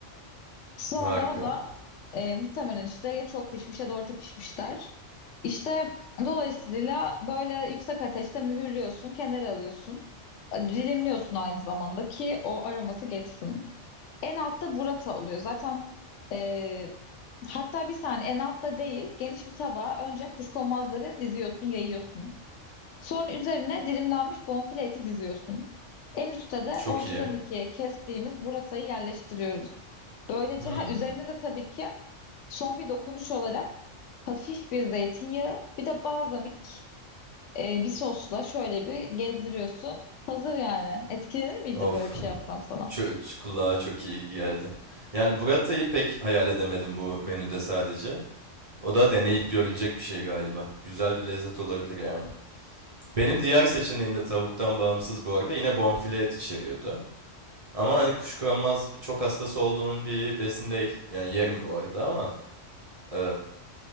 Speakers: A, on the left; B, on the right.
A: Sonra
B: Harika.
A: o da e, muhtemelen işte ya çok pişmiş ya da orta pişmiş der. İşte dolayısıyla böyle yüksek ateşte mühürlüyorsun, kenara alıyorsun. Dilimliyorsun aynı zamanda ki o aroması geçsin. En altta burrata oluyor. Zaten e, hatta bir saniye en altta değil geniş bir tabağa önce kuşkonmazları diziyorsun, yayıyorsun. Sonra üzerine dilimlenmiş bonfile eti diziyorsun. En üstte de
B: Çok
A: ortadan
B: iyi.
A: ikiye kestiğimiz burasayı yerleştiriyoruz. Böylece
B: Hmm.
A: ha üzerine de tabii ki son bir dokunuş olarak hafif bir zeytinyağı bir de balzamik e, bir sosla şöyle bir gezdiriyorsun. Hazır yani. Etkilenir miydin
B: Of.
A: böyle bir şey yapsam sana?
B: Çö- ç- kulağa çok iyi geldi. Yani Burata'yı pek hayal edemedim bu menüde sadece. O da deneyip görülecek bir şey galiba. Güzel bir lezzet olabilir yani. Benim diğer seçeneğim de tavuktan bağımsız bu arada yine bonfile et içeriyordu. Ama hani kuşkulanmaz çok hastası olduğum bir besin değil. Yani yerim bu arada ama eee,